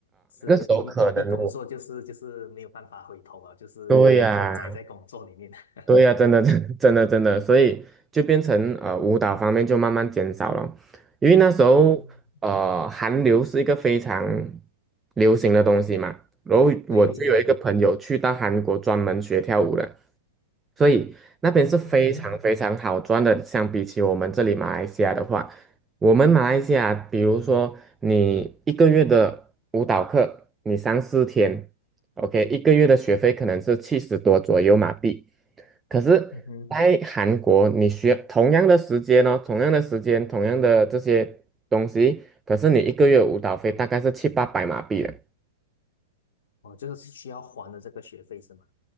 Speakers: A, on the left; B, on the right.
A: 是一一一一工作就是就是没有办法回头啊，
B: 有可能我，
A: 就是一头栽在工作里面。
B: 对呀、
A: <laughs>
B: 对呀、真的，真 <laughs> 真的，真的，所以就变成呃，舞蹈方面就慢慢减少了，因为那时候呃，
A: 嗯，
B: 韩流是一个非常流行的东西嘛，然后我就有一个朋友去到韩国专门学跳舞的，
A: 对对对，
B: 所以那边是非常非常好赚的，
A: 哦，
B: 相比起我们这里马来西亚的话，我们马来西亚，比如说你一个月的舞蹈课，你上四天，OK，一个月的学费可能是七十多左右马币。可是，
A: 嗯哼，
B: 在韩国，你需要同样的时间哦，同样的时间，同样的这些东西，可是你一个月舞蹈费大概是七八百马币的。
A: 哦，就是需要还的这个学费是吗？